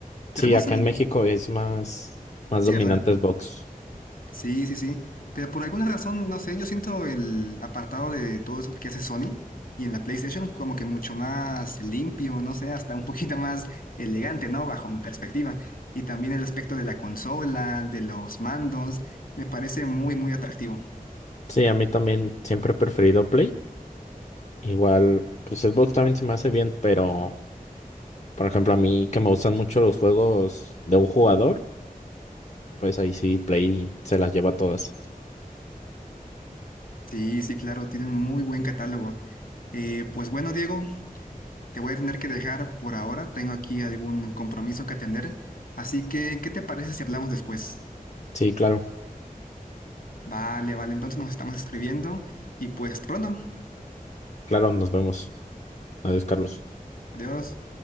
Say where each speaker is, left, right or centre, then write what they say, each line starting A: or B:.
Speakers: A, on the left; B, on the left.
A: pero
B: Sí,
A: no
B: acá
A: sé,
B: en México es más, más
A: sí,
B: dominante
A: ¿verdad?
B: Xbox.
A: Sí, sí, sí. Pero por alguna razón, no sé, yo siento el apartado de todo eso que hace Sony y en la PlayStation como que mucho más limpio, no sé, hasta un poquito más elegante, ¿no? Bajo mi perspectiva. Y también el aspecto de la consola, de los mandos, me parece muy, muy atractivo.
B: Sí, a mí también siempre he preferido Play. Igual, pues Xbox también se me hace bien, pero por ejemplo, a mí que me gustan mucho los juegos de un jugador, pues ahí sí Play se las lleva todas.
A: Sí, sí, claro, tiene un muy buen catálogo. Eh, pues bueno, Diego, te voy a tener que dejar por ahora. Tengo aquí algún compromiso que atender. Así que, ¿qué te parece si hablamos después?
B: Sí, claro,
A: Vale, vale, entonces nos estamos escribiendo y pues pronto.
B: claro, nos vemos. Adiós, Carlos.
A: Adiós.